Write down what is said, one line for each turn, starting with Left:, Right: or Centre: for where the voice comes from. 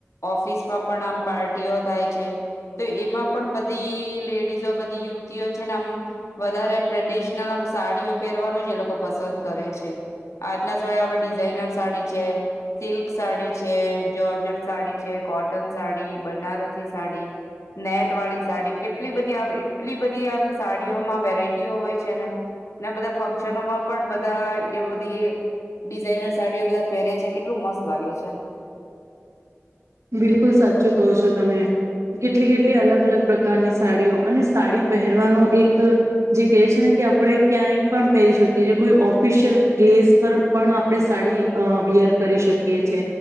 Left: ઓફિસમાં પણ આમ પાર્ટીઓ થાય છે, તો એમાં પણ બધી લેડીસ જો બધી યુવતીઓ છે ને આમ વધારે ટ્રેડિશનલ આમ સાડીઓ પહેરવાનું જ એ લોકો પસંદ કરે છે આજના સમયે હવે ડિઝાઇનર સાડી છે સિલ્ક સાડી છે જર્જર સાડી છે કોટન સાડી બનારસી સાડી નેટ વાળી સાડી કેટલી બધી એટલી બધી આમ સાડીઓમાં વેરાયટીઓ હોય છે ને. ને બધા ફંક્શનોમાં પણ બધા એ બધી ડિઝઇનર સાડીઓ બધા પહેરે છે કેટલું મસ્ત લાગે છે
Right: બિલકુલ સાચું કહો છો તમે કેટલી કેટલી અલગ અલગ પ્રકારની સાડીઓ, અને સાડી પહેરવાનો એક જે કહે છે ને કે આપણે ક્યાંય પણ પહેરી શકીએ છે કોઈ ઓફિશિયલ પ્લેસ પર પણ આપણે સાડી વિયર કરી શકીએ છે